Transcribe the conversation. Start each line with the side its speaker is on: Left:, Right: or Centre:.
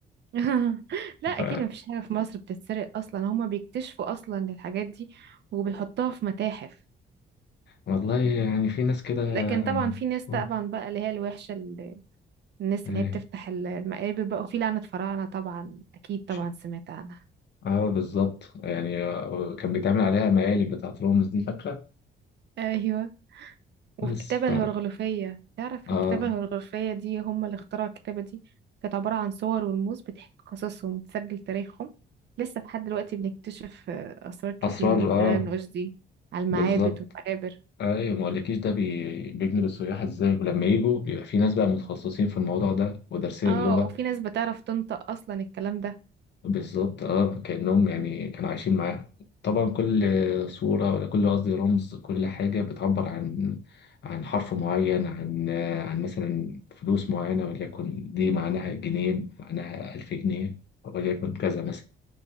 Right: <laughs> لا أكيد
Left: ف
Right: مفيش حاجة في مصر بتتسرق أصلا هما بيكتشفوا أصلا الحاجات دي وبيحطوها في متاحف
Left: والله يعني في ناس كده
Right: لكن طبعا في ناس
Left: آه،
Right: طبعا بقى اللي هي الوحشة ال- الناس
Left: إيه،
Right: اللي هي بتفتح ال- المقابر بقى وفي لعنة فراعنة طبعا أكيد
Left: ماشي.
Right: طبعا سمعت عنها
Left: اه بالظبط يعني آه، كان بيتعمل عليها مقالب بتاعت رامز دي فاكرة
Right: ايوه والكتابة
Left: بس ف
Right: الهيروغليفية تعرف
Left: اه
Right: الكتابة الهيروغليفية دي هم اللي اخترعوا الكتابة دي كانت عبارة عن صور ورموز بتحكي قصصهم وتسجل تاريخهم لسه لحد دلوقتي بنكتشف آه، أسرار كتير
Left: أسرار
Right: من
Left: اه
Right: خلال النقوش دي على المعابد
Left: بالظبط
Right: والمقابر
Left: ايوه ما اقولكيش ده بي- بيجذب السياح ازاي ولما يجوا بيبقى في ناس بقى متخصصين في الموضوع ده ودارسين
Right: اه
Left: اللغه
Right: وفي ناس بتعرف تنطق أصلا الكلام ده
Left: بالظبط اه كانهم يعني
Right: مم.
Left: كانوا عايشين معاهم طبعا كل صوره ولا كل قصدي رمز كل حاجه بتعبر عن عن حرف معين عن عن مثلا فلوس معينه وليكن دي معناها جنيه معناها ألف جنيه وليكن كذا مثلا